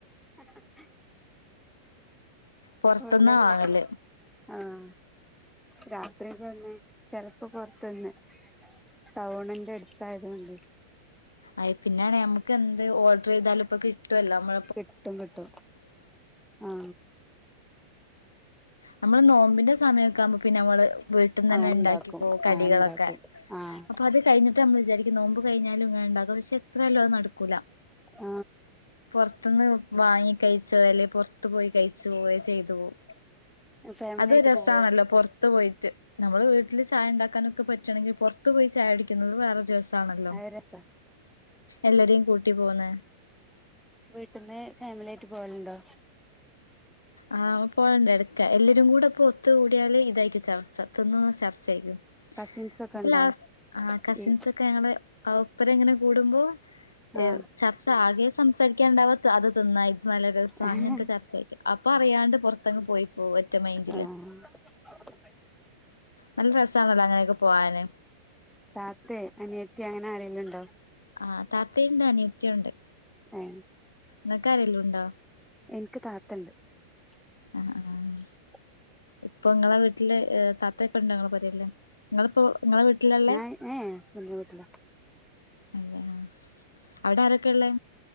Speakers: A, in the centre; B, on the left (about 75°).
A: ആ <unintelligible>
B: പൊറത്ത്ന്നാ
A: കൊല്ല <unintelligible>
B: വാങ്ങല്
A: ആഹ രാത്രി തന്ന്െ ചെിലപ്പോ പുൊറത്തുന്ന് ടൗണന്റെ അടുത്തായതുകണ്ട്ി
B: അ പിന്നെയാണ് നഞമ്മക്ക് എന്ത് ഓർഡർ ചെയ്താല ഇപ്പൊ കിട്ടുവല്ല നമ്മ
A: കിട്ടും കിട്ടും ആഹ
B: നമ്മള് നോമ്പിന്റെ സമയ ്പ പിന്നെ നമ്മള് വീട്ടിൽ നിന്ന് തന്നെ
A: ആ ഇണ്ടാക്കും
B: ഉണ്ടാക്കി പോ കടികളൊക്കെ
A: ആ ഇണ്ടാക്കും ആഹ്
B: അപ്പൊ അത് കഴിഞ്ഞ നമ്മ വിചാരിക്കുന്നു നോമ്പ് കഴിഞ്ഞാലുംങ്ങന ഉണ്ടാക പക്ഷെത്രയല്ലോ അത് നടക്കൂല
A: ആ
B: പുൊറത്തുന്ന് വാങ്ങി കഴിച്ച അല്ലെ പുറത്തു പോയി കഴിച്ചു പോവയോ ചെയ്തു പോവും
A: ഫാമിലി
B: അത്
A: ആയിട്ട്
B: രസാ
A: പോവോ
B: ണല്ലോ പുൊറത്ത് പോയിട്ട് നമ്മള് വീട്ടിൽ ചായ ഉണ്ടാക്കാനൊക്കെ പറ്റുകണെങ്കിൽ പുറത്ത് പോയി ചായ അടിക്കുന്നത് വേറെ രസാ ാണല്ലോ
A: അത് രസാ
B: എല്ലരേയും കൂട്ടി പോന്ന്
A: വീട്ടിന്ന് ഫാമിലി ആയിട്ട് പോവലുണ്ടോ
B: ആഹ് പോയേണ്ട എടുക്കാ എല്ലരും കൂടെപ്പൊ ഒത്ത കൂടിയാല് ഇതായിരിക്കും ചർച്ചതിന്നുന്ന ചർച്ചയായിക്കും
A: കസിൻസ് ഒക്കെ
B: അപ്പൊ
A: ഉണ്ടോ
B: ലാസ് ആ കസിൻസ്
A: ഈ
B: ക്ക ഞങ്ങൾ ആ ഒപ്പര ങ്ങനെ കൂടുമ്പോ
A: ആഹ്
B: ഏ ചർച്ച ആകെ സംസാരിക്കാണ്ടാവാ അത് തിന്ന ഇത് നല്ല രസമാണ്
A: ആഹ്
B: അങ്ങനത്തെ ചർച്ചയൊക്കെ അപ്പൊ അറാണ്ട് പുറത്തങ് പോയി പോവും ഒറ്റ മൈന്ഡ
A: ആഹ
B: നല്ല രസമാണല്ലോ അങ്ങനെയൊക്കെ പോവാന്
A: താത്തേ അനിയത്തി അങ്ങനെ ആരെല്ലും ഉണ്ടോ
B: ആഹ് താത്തയുണ്ട് അനിയത്യ ഉണ്ട്
A: ഏ
B: നിക്ക ആ രേ ലും ഉണ്ടോ
A: എനിക്ക് താത്തുണ്ട് <inaudible>
B: ആഹ് ആഹ് ഇപ്പൊ നിങ്ങളെ വീട്ടില്െ താത്തയൊക്കെ ഉണ്ട് ങ്ങളെ പുരെൽ നിങ്ങളിപ്പോ നിങ്ങള വീട്ടിലാള്ള്
A: ഞാൻ ഏഹ് ഹസ്ബൻഡിന്റെ വീട്ടിലാ
B: അതെ ആ അവിടെ ആരൊക്കെയ ഉള്ളേ